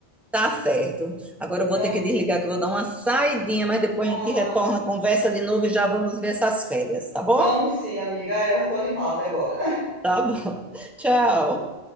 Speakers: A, in the centre; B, on the right.
A: Tá certo. Agora
B: Então,
A: eu vou ter que desligar que eu vou dar uma saidinha, mas depois
B: ah,
A: a gente retorna a conversa de novo e já vamos ver essas férias, tá bom?
B: vamos sim, amiga. Ah, Eu tô animada agora.
A: Tá bom. <laughs> Tchau.